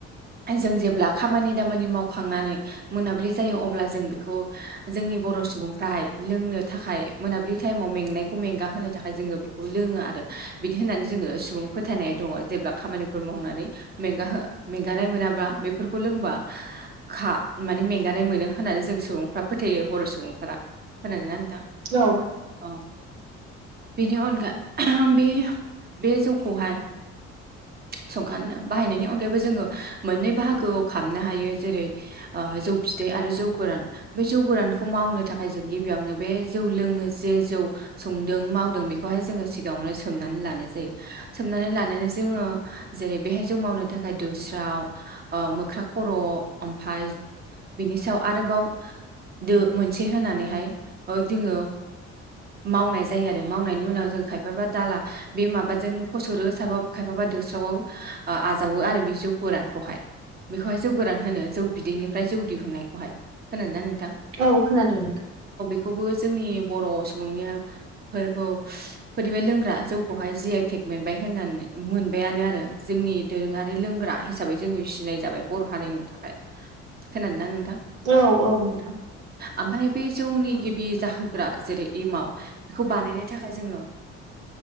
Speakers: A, on the right; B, on the right.
A: जों जेब्ला खामानि दामानि मावखांनानै मोनाबिलि जायो अब्ला जों बेखौ जों जोंनि बर' सुबुंफ्राहाय लोंनो थाखाय मोनाबिलि टाइमाव मेंनायखौ मेंगााहो थाखाय जोङो बेखौ लोङो। आरो बिदि होननानै जोङो सुबुं फोथायनाय दङ जेब्ला खामानिफोर मावनानै मेंग मेंगानाय मोनाबा बेफोरखौ खौ लोंबा खा माने मेंगानाय मोनो होननानै जों सुबुंफ्रा फोथायो ‌। बर' सुबुंफोरा खोनादों ना नोंथां
B: औ
A: औ बेनि अनगा बे बे जौखौहाय
B: <inaudible>
A: संखांनो बाहायनायनि अनगायैबो जोङो मोननै बाहागोआव खामनो हायो जेरै ओ जौ बिदै। आरो जौ गोरान बे जौ गोरानखौ मावनो थाखाय जों गिबियावनो बे जौ लोङो जे जौ सं दों मावदों बेखौहाय जोङो सिगाङावनो सोमनानै लानाय जायो। सोमनानै लानानै ज जोङो जेरै बेहाय जौ मावनो थाखाय दोस्राव ओ मोख्रा खर' ओमफाय बिनि सायाव आरोबाव दो मोनसे होनानैहाय ओ जोङो मावनाय जायो आरो मावनायनि उनाव जों खायफाबा दाला बे माबाजों फसरो साबा खायफाबा दोस्रावआव आ आजावो आरो बे जौ गोरानखौहाय। बेखौहाय जौ गोरान होनो जौ बिदैनिफ्राय जौ दिहुननायखौहाय खोनादोंना नों
B: औ खोनादों नोंथां।
A: बेखौबो जोंनि बर' सुबुंनिया फोरखौ फोरनिफ्राय लोंग्रा जौखौहाय जि आइ टेक मोनबाय होननानै मोनबायानो आरो जोंनि दोरोङारि लोंग्रा हिसाबै जोंङो सिनाय जाबाय बर' हारिनि थाखाय। खोनादोंना नों
B: औ औ
A: ओमफ्राय बे जौनि गिबि जाहोग्रा जेरै एमाव बेखौ बानायनो थाखाय जोङो